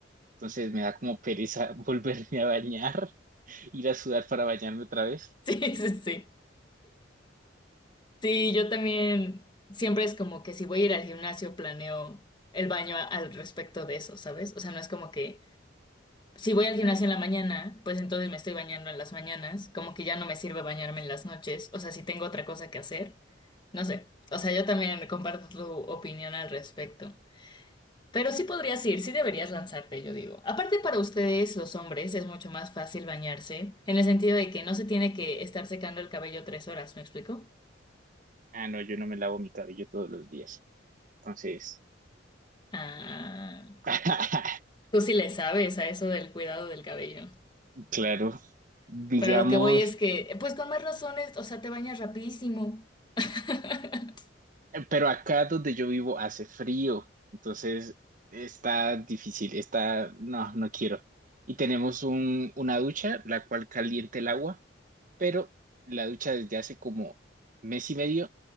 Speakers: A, on the right (about 45°); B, on the left (about 25°).
A: Entonces me da como pereza <laughs> volverme a bañar, <laughs> ir a sudar para bañarme otra vez.
B: Sí, sí, sí. Sí, yo también siempre es como que si voy a ir al gimnasio planeo el baño a- al respecto de eso, ¿sabes? O sea, no es como que si voy al gimnasio en la mañana, pues entonces me estoy bañando en las mañanas, como que ya no me sirve bañarme en las noches, o sea, si tengo otra cosa que hacer, no sé. O sea, yo también comparto tu opinión al respecto. Pero sí podrías ir, sí deberías lanzarte, yo digo. Aparte para ustedes, los hombres, es mucho más fácil bañarse, en el sentido de que no se tiene que estar secando el cabello tres horas, ¿me explico?
A: Ah, no, yo no me lavo mi cabello todos los días. Entonces,
B: Ah,
A: <laughs>
B: tú sí le sabes a eso del cuidado del cabello.
A: claro, digamos,
B: Pero lo que voy es que, pues con más razones, o sea, te bañas rapidísimo. <laughs>
A: pero acá donde yo vivo hace frío, entonces está difícil, está, no, no quiero. Y tenemos un, una ducha, la cual calienta el agua, pero la ducha desde hace como mes y medio